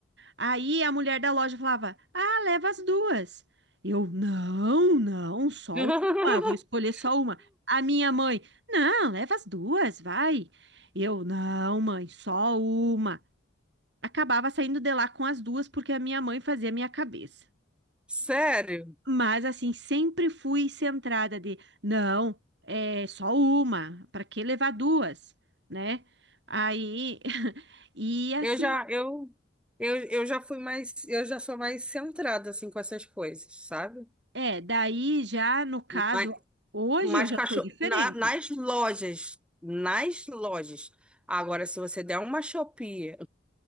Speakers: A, on the right; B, in the centre.
A: Aí a mulher da loja falava: "Ah, leva as duas". Eu: "Não, não, só
B: <laughs>
A: uma, eu vou escolher só uma". A minha mãe: "Não, leva as duas, vai". Eu: "Não, mãe, só uma". Acabava saindo de lá com as duas porque a minha mãe fazia a minha cabeça.
B: Sério,
A: Mas assim, sempre fui centrada de, não, é só uma, para que levar duas, né? Aí, <laughs> e assim,
B: eu já,
A: ó,
B: eu, eu, eu já fui mais, eu já sou mais centrada, assim, com essas coisas, sabe?
A: é, daí já no caso,
B: Mas,
A: hoje
B: mas
A: eu já
B: cachorro,
A: tô diferente.
B: na- nas lojas, nas lojas. Agora, se você der uma Shopee